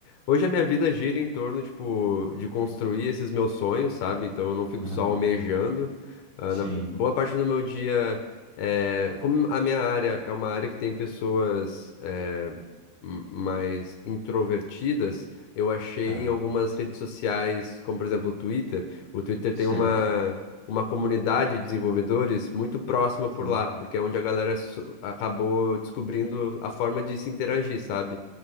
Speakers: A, on the left (about 75°); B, on the right (about 80°).
A: hoje a minha vida gira em torno, tipo, de construir esses meus sonhos, sabe? Então eu não fico
B: Aham.
A: só almejando. Ah,
B: Sim,
A: na- boa parte do meu dia, é, como a minha área é uma área que tem pessoas, é, m- mais introvertidas, eu achei
B: tá,
A: em algumas redes sociais, como por exemplo o Twitter. O Twitter
B: certo,
A: tem uma uma comunidade de desenvolvedores muito próxima por
B: tá.
A: lá, porque é onde a galera so- acabou descobrindo a forma de se interagir, sabe?